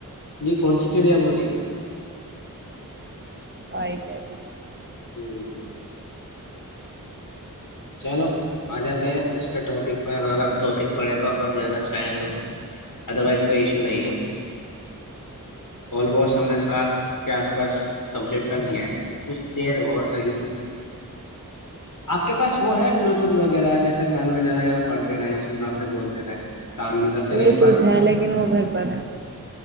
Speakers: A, on the left; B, on the right.
A: یہ کون سی چڑیا بولی
B: <unintelligible>
A: ہ چلو آ جاتے ہیں اس پہ ٹاپک ٹپک پڑے گ تو اگر زیادہ چاہیں تو ادر وائز کوئی ایشو نہیں ہے آموسٹ ہم نے ساتھ کے آس پاس کمپلیٹ قم دیا ہے کچھ دیر اور سکی آپ اس کے پاس وہ ہے بلوتوت وغیرہ جیسے کان میں لگے ہیں اور پڑھتے رہے اسی حساب سے بولتے رہے کام بھی کرتے
B: بلوٹوتھ
A: رہے بات
B: ہے
A: میں
B: لیکن وہ گھر پر